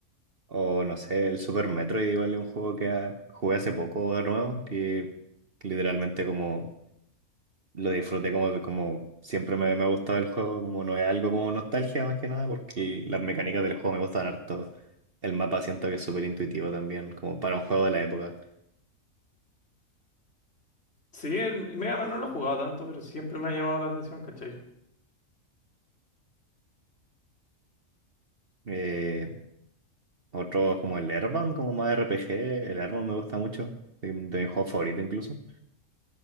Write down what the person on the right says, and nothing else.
o no sé, el Super Metroid igual es un juego que ah, jugué hace poco de nuevo, que literalmente como lo disfruté como, como siempre me, me ha gustado el juego, como no es algo como nostalgia más que nada, porque las mecánicas del juego me gustan harto. El mapa siento que es súper intuitivo también, como para un juego de la época.
Eh, otros como el Airbound, como más RPG, el Airbound me gusta mucho, de, de mi juego favorito incluso.